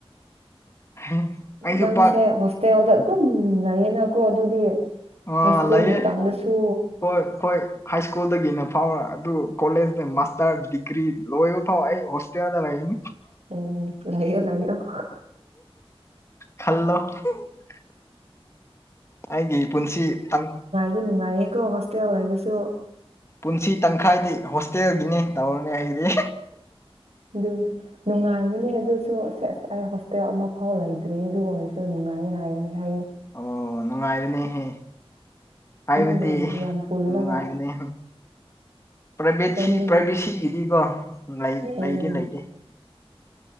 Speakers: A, on the left; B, on the right.
A: <unintelligible>
B: ꯅꯪꯁꯦ
A: ꯄꯥꯛ
B: ꯍꯣꯁꯇꯦꯜꯗ ꯑꯗꯨꯝ ꯂꯩꯌꯦꯅꯀꯣ ꯑꯗꯨꯗꯤ
A: ꯑꯥ
B: ꯍꯥꯏ ꯁ꯭ꯀꯨꯜ
A: ꯂꯩꯌꯦ
B: ꯃꯇꯝꯗꯁꯨ
A: ꯍꯣꯏ ꯍꯣꯏ ꯍꯥꯏ ꯁ꯭ꯀꯨꯜꯗꯒꯤꯅ ꯐꯥꯎꯔ ꯑꯗꯨ ꯀꯣꯂꯦꯖꯇ ꯃꯥꯁꯇꯔ ꯗꯤꯒ꯭ꯔꯤ ꯂꯣꯏꯕ ꯐꯥꯎ ꯑꯩ ꯍꯣꯁꯇꯦꯜꯗ ꯂꯩꯅꯤ
B: ꯎꯝ ꯂꯩꯌꯣ ꯂꯩꯌꯪ
A: ꯈꯜꯂꯣ <unintelligible> ꯑꯩꯒꯤ ꯄꯨꯟꯁꯤꯥꯡ ꯇꯥꯡ꯫
B: ꯃꯤ ꯅꯨꯡꯉꯥꯏꯌꯦꯀꯣ ꯍꯣꯁꯇꯦꯜ ꯂꯩꯥꯏꯕꯁꯨ
A: ꯄꯨꯟꯁꯤ ꯇꯪꯈꯥꯏꯗꯤ ꯍꯣꯁꯇꯦꯜꯒꯤꯅꯤ ꯇꯧꯔꯅꯤ ꯑꯩꯗꯤ
B: ꯑꯗꯨꯅꯦ ꯅꯨꯡꯉꯥꯏꯕꯅꯦ ꯑꯗꯨꯁꯨ ꯁꯦꯁ ꯑꯩ ꯍꯣꯁꯇꯦꯜ ꯑꯃ ꯑꯐꯥꯎ ꯂꯩꯇ꯭ꯔꯦ ꯑꯗꯨ ꯑꯣꯏꯔꯁꯨ ꯅꯨꯡꯉꯥꯏꯌꯦ ꯍꯥꯏꯔ ꯍꯥꯏꯌꯦ
A: ꯑꯣ ꯅꯨꯡꯉꯥꯏꯕꯅꯦꯍꯦ ꯍꯥꯏꯕꯗꯤ
B: ꯃꯤ ꯌꯥꯝ ꯌꯥꯝ ꯄꯨꯜꯂꯒ
A: ꯅꯨꯡꯉꯥꯏꯕꯅꯤ ꯄ꯭ꯔꯥꯏꯚꯦꯠꯁꯤ
B: ꯑꯁꯦꯡꯕꯒꯤ
A: ꯄ꯭ꯔꯥꯏꯚꯦꯠꯁꯤꯒꯤꯗꯤꯀꯣ ꯂꯩ
B: ꯎꯝ
A: ꯂꯩꯗꯤ ꯂꯩꯇꯦ